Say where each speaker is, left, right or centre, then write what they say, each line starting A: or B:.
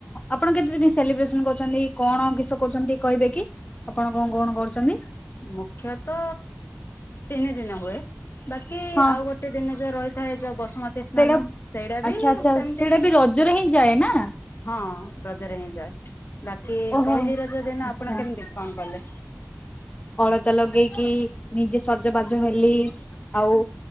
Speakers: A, on the left; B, on the left.
A: ଆପଣ କେତେ ଦିନ ସେଲିବ୍ରେସନ କରୁଛନ୍ତି, କଣ କିଷ କରୁଛନ୍ତି କହିବେ କି? ଆପଣ କଣ କଣ କରୁଛନ୍ତି?
B: ମୁଖ୍ୟତ ତିନି ଦିନ ହୁଏ ବାକି
A: ହଁ
B: ଆଉ ଗୋଟେ ଗୋଏ ଦିନ ଯୋଉ ରହିଥାଏ ଯୋ ବସୁମ୍ ତି ସ୍ନାନ
A: ସେଇଟା
B: ସେଇଟା
A: ଆଚ୍ଛା
B: ବି
A: ଆଚ୍ଛା
B: ସେମତି
A: ସେଇଟା ବି ରଜରେ ହିଁ ଯାଏ ନା?
B: ହଁ ରଜରେ ହିଁ ଯାଏ ବାକି
A: ଓହୋ
B: ପହିଲି ରଜ ଦିନ
A: ଆଚ୍ଛା
B: ଆପଣ କେମିତି କଣ କଲେ?
A: ଅଳତା ଲଗେଇକି ନିଜେ ସଜବାଜ ହେଲି ଆଉ